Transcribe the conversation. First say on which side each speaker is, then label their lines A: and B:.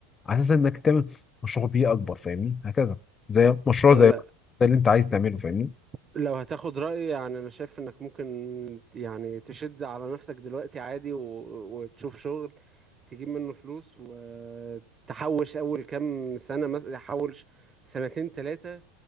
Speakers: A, on the left; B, on the right.
A: على اساس انك تعمل مشروع بيه اكبر فاهمني هكذا زي مشروع
B: لا
A: زي ده اللي انت عايز تعمله فاهمني
B: لو هتاخد رأيي يعني انا شايف انك ممكن يعني تشد على نفسك دلوقتي عادي و... وتشوف شغل تجيب منه فلوس وتحوش اول كام سنة مثلا تحوش سنتين ثلاثة